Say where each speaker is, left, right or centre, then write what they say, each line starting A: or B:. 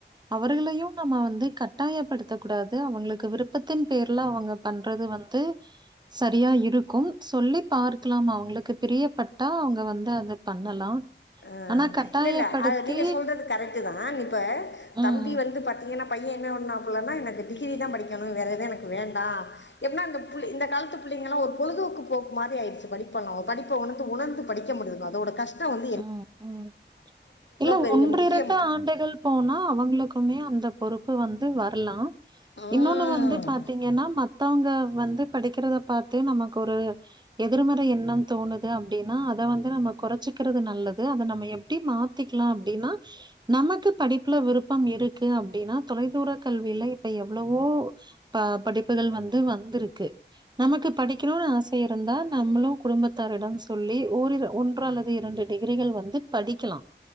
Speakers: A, on the right; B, on the left.
A: அவ் அவர்களையு நம்ம வந்து கட்டாயப்படுத்தக் கூடாது அவுங்களுக்கு விருப்பத்தின் பேயர்ல அவுங்க பண்றது வந்து சரியா இருக்கு சொல்லிப் பார்க்கலாம் அவுங்களுக்குப் பிரியப்பட்டா அவங்க வந்து அது பண்ணலா
B: அஹ்
A: ஆனா கட்டாயப்படுத்தி
B: இல்லல்ல அத் நீங்க சொல்றது கரெக்ட்டு தா இப்ப
A: ம்
B: தம்பி வந்து பாத்தீங்ன்னா பைய என்னா பண்ணாப்புலனா நா இந்த டகிரி தா படிக்கணு வேற எது எனக்கு வேண்டா என்ன இந்த புள் இந்த காலத்து புள்ளைங்கெல்லா ஒரு பொழுதுக்கு போக்கு மாரி அகிடுச்சி படிப்பல்லா படிப்போ வந்து ஒணர்ந்து படிக்க மட்டுதுங்க அதோட கஷ்டோ வந்
A: ம் ம் இல்ல
B: பெரிய
A: ஒன்டிரண்டு
B: முக்கியம்
A: ஆண்டுகள் போனா அவங்களுக் க்குமே அந்த பொறுப்பு வந்து வர்லா
B: ம்
A: இன்னொன்னு வந்து பாத்தீங்கன்னா மத் மத்தவங்க வந்து படிக்கிறத பாத்து நமக்கு ஒரு எதிர்மறை எண்ணம் தோணுது அப்டின்னா அதை வந்து நம்ம கொறைச்சிக்கிறது நல்லது அத நம்ம எப்டி மாத் படிக்கலா அப்டின்னா நமக்கு படிப்புல விருப் விருப்பம் இருக்கு அப்டின்னா தொலைத் தூர கல்விலை இப்ப எவ்வளோ ப்ப படிப்புகள் வந்து வந் வந்துருக்கு நமக்குப் படிக்கணுனு ஆசை இருந்தால் நம்மளு குடும்பத்தாரிட சொல்லி ஒரிரு ஒன்று அல்லது இரண்டு டிகிரிகள் வந்து படிக்கலா